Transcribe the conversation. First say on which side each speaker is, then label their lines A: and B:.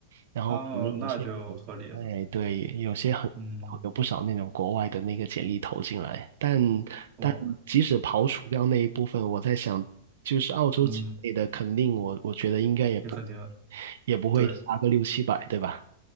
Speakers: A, on the right (about 80°); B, on the right (about 40°).
A: 然后可能有些人，
B: 哦，那就合理了。
A: 哎，对，有些很
B: 嗯，
A: 有不少那种国外的那个简历投进来，但
B: 哇，
A: 但即使刨除掉那一部分，我在想，就是澳洲境内的，
B: 嗯，
A: 肯定我我觉得应该也不
B: 你肯定
A: 也不会差个六七百，
B: 对
A: 对吧？